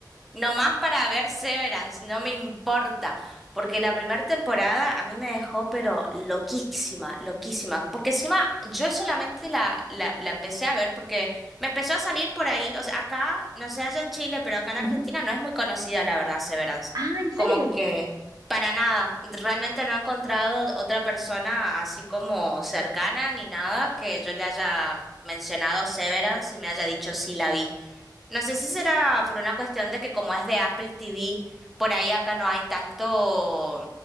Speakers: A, in the centre; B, on the right.
A: Nomás para ver Severance, no me importa, porque la primera temporada a mí me dejó pero loquísima, loquísima, porque encima yo solamente la, la, la empecé a ver porque me empezó a salir por ahí, o sea, acá, no sé, allá en Chile, pero acá en Argentina
B: Ujú.
A: no es muy conocida la verdad Severance,
B: Ah, ¿en serio?
A: como que para nada, realmente no he encontrado otra persona así como cercana ni nada que yo le haya mencionado Severance y me haya dicho sí la vi. No sé si será por una cuestión de que como es de Apple TV, por ahí acá no hay tanto,